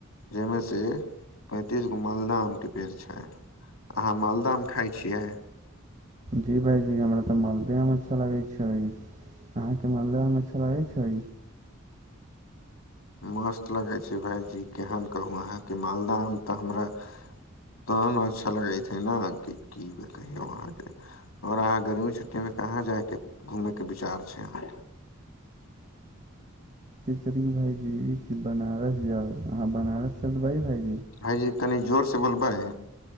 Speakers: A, on the left; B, on the right.
A: जाहिमे से पैंतीस गो मालदह आम के पेड़ छै अहाँ मालदह आम खाय छियै।
B: जी भाइजी हमरा तऽ मालदह मे अच्छा लगै छै अहाँके मालदह मे अच्छा लगै छै
A: मस्त लगै छै भाईजी केहन कहू अहाँके मालदह आम तऽ हमरा तेहन अच्छा लगैत हे ने कि की कहियौ अहाँ के और अहाँ गर्मी छुट्टी मे कहाँ जायके घुमे के विचार छै अहाँ
B: भाईजी है ज एक बनारस जाउ अहाँ बनारस च तऽ बहि भाई
A: भइजी कनी जोर से बोलबै